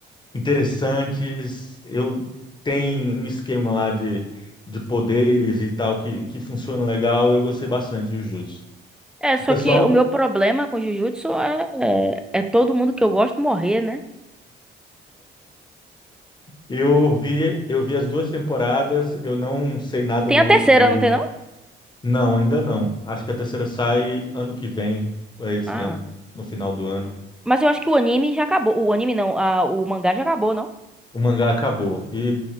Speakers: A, on the left; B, in the centre.
A: interessantes. Eu tenho um esquema lá de, de poderes e tal que, que funciona legal. Eu gostei bastante de Jujutsu.
B: É, só
A: Pessoal,
B: que o meu problema com Jujutsu é, é, é todo mundo que eu gosto morrer, né?
A: eu vi, eu vi as duas temporadas. Eu não sei nada
B: Tem
A: do,
B: a terceira,
A: do...
B: não tem não?
A: Não, ainda não. Acho que a terceira sai ano que vem, ou é esse
B: Ah,
A: ano, no final do ano.
B: mas eu acho que o anime já acabou. O anime não, a, o mangá já acabou, não?
A: O mangá acabou. E